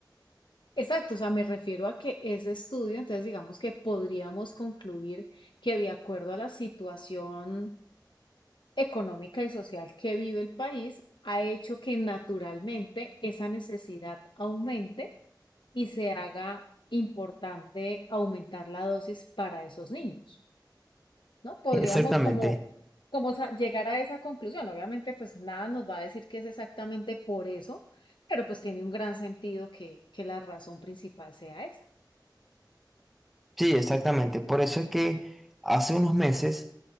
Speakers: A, on the left (about 85°); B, in the centre.
A: exacto, o sea, me refiero a que ese estudio, entonces digamos que podríamos concluir que de acuerdo a la situación económica y social que vive el país, ha hecho que naturalmente esa necesidad aumente y se haga importante aumentar la dosis para esos niños. ¿no? Podríamos
B: exactamente,
A: como, como sa- llegar a esa conclusión. Obviamente, pues nada nos va a decir que es exactamente por eso, pero pues tiene un gran sentido que, que la razón principal sea esa.
B: sí, exactamente, por eso es que hace unos meses